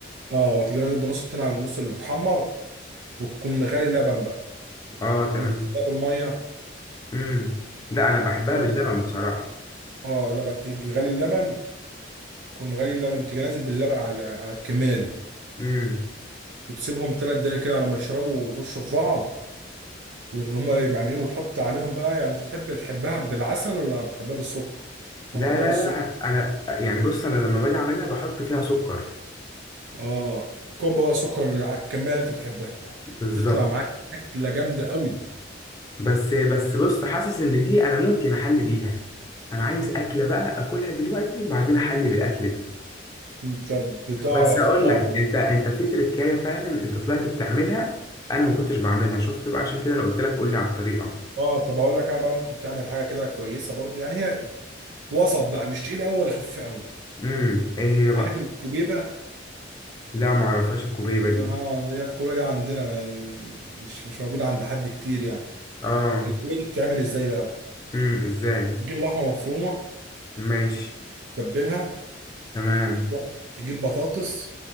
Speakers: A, on the right (about 70°); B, on the left (about 20°).
A: اه وتيجي نازل بنص التاني على النص اللي اتحمر وتكون مغلي اللبن بقى
B: اه
A: ولا
B: تمام
A: انت تحطها بالمية
B: امم لا انا بحبها
A: لا
B: باللبن بصراحة
A: اه اللبن تيجي غالي اللبن تكون غالي اللبن وتيجي نازل باللبن على على الكمية دي
B: امم
A: وتسيبهم تلات دقايق كده على ما يشربوا ويخشوا في بعض وهما يعني ايه وتحط عليهم بقى يعني انت تحب تحبها بالعسل ولا بتحبها بالسكر؟
B: لا
A: انا بحبها
B: لا
A: بالسكر
B: لا انا يعني بص انا لما باجي اعملها بحط فيها سكر
A: اه كوب بقى سكر على الكميه اللي انت بتحبها
B: بالظبط
A: تطلع معاك اكله جامده قوي
B: بس بس بص حاسس ان دي انا ممكن احل بيها انا عايز اكله بقى اكلها دلوقتي بعدين احل بالاكل
A: انت بتعرف
B: بس اقول
A: تعمل
B: لك انت انت في تركايه فعلا انت طلعت بتعملها انا ما كنتش بعملها شفت بقى عشان كده انا قلت لك قول لي على الطريقه
A: اه طب اقول لك انا بقى ممكن تعمل حاجه كده كويسه برضو يعني هي وسط بقى مش تقيله قوي ولا خفيفه قوي
B: امم ايه هي بقى
A: عارف الكوبيبه
B: لا ما اعرفهاش الكوبيبه دي
A: انا هي الكوبيبه دي عندنا ما يعني مش مش موجوده عند حد كتير يعني
B: اه
A: الكوبيبه دي بتتعمل ازاي بقى
B: امم ازاي
A: تجيب لحمه مفرومه
B: ماشي
A: تتبلها
B: تمام
A: وتروح تجيب بطاطس